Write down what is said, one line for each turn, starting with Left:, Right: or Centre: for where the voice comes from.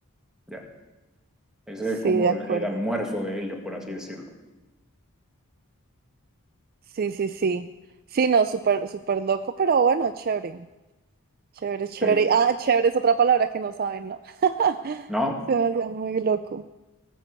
Centre: Ya. Ese
Right: sí,
Centre: es como
Right: de acuerdo.
Centre: el, el almuerzo de ellos, por así decirlo.
Right: Sí, sí, sí. Sí, no, súper, súper loco, pero bueno, chévere. Chévere, chévere.
Centre: Sí.
Right: Ah, chévere es otra palabra que no saben, ¿no? <laughs>
Centre: No,
Right: Se me hacía muy loco.